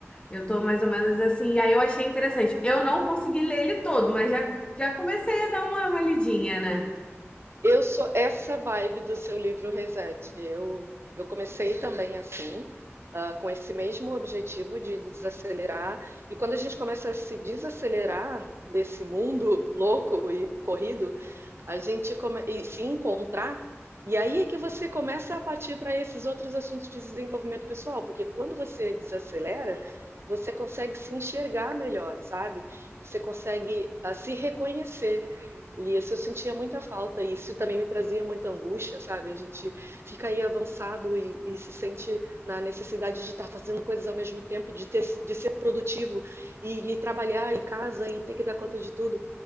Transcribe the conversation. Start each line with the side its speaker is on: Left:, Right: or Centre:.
Left: Eu tô mais ou menos assim. E aí eu achei interessante. Eu não consegui ler ele todo, mas já, já comecei a dar uma, uma lidinha, né?
Right: Eu sou essa vibe do seu livro Reset. Eu, eu comecei também assim, ah, com esse mesmo objetivo de desacelerar. E quando a gente começa a se desacelerar desse mundo louco e corrido, a gente come... e se encontrar. E aí é que você começa a partir para esses outros assuntos de desenvolvimento pessoal, porque quando você desacelera, você consegue se enxergar melhor, sabe? Você consegue ah, se reconhecer. E isso eu sentia muita falta, e isso também me trazia muita angústia, sabe? A gente fica aí avançado e, e se sente na necessidade de estar fazendo coisas ao mesmo tempo, de, ter, de ser produtivo e, e trabalhar em casa e ter que dar conta de tudo.